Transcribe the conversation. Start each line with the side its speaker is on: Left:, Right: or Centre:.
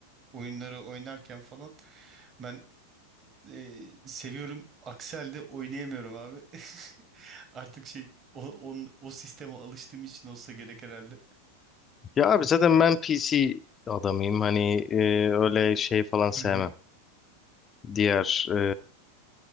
Right: oyunları oynarken falan ben e, seviyorum. Aksi halde oynayamıyorum abi. <laughs> Artık şey o, on, o sisteme alıştığım için olsa gerek herhalde.
Left: Ya abi zaten ben PC adamıyım. Hani e, öyle şey falan sevmem.
Right: Hı hı.
Left: Diğer e,